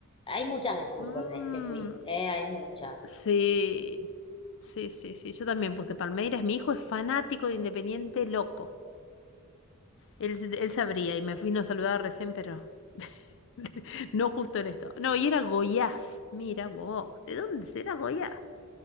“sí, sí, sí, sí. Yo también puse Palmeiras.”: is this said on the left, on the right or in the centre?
Left